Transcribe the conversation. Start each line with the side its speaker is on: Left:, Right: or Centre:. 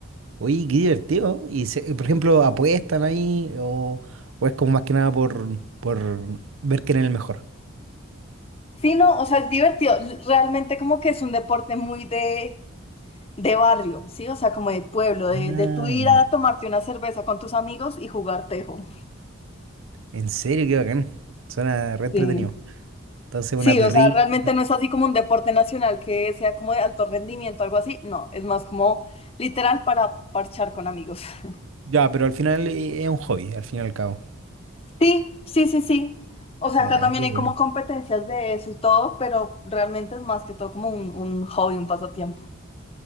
Right: Oye, qué divertido. Y, se- por ejemplo, ¿apuestan ahí o, o es como más que nada por, por ver quién es el mejor?
Left: Sí, no, o sea, es divertido. L- Realmente como que es un deporte muy de, de barrio, ¿sí? O sea, como de pueblo, de,
Right: Ah,
Left: de tú ir
Right: ya.
Left: a tomarte una cerveza con tus amigos y jugar tejo.
Right: En serio, qué bacán. Suena re entretenido.
Left: Sí.
Right: Entonces,
Left: Sí,
Right: una perrita.
Left: o sea, realmente no es así como un deporte nacional que sea como de alto rendimiento, algo así. No, es más como literal para parchar con amigos. <laughs>
Right: Ya, pero al final eh, es un hobby, al fin y al cabo.
Left: Sí, sí, sí, sí. O sea,
Right: Ah,
Left: acá también
Right: qué
Left: hay
Right: bueno.
Left: como competencias de eso y todo, pero realmente es más que todo como un, un hobby, un pasatiempo.